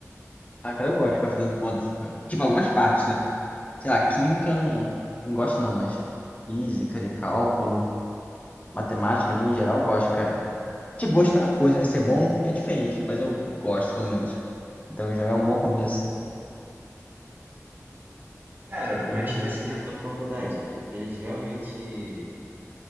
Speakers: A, on the left; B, on the right.
A: Ah, cara, eu gosto de ficar fazendo conta. Tipo, algumas partes, né? Sei lá, química, não gosto não, mas física, de cálculo, matemática ali em geral, eu gosto, cara. Tipo, gostar é uma coisa, né? Ser bom é diferente, mas eu gosto, pelo menos. Então já é um bom começo.
B: Cara, mas,
A: É um bom começo.
B: tipo assim, na tua faculdade, eles realmente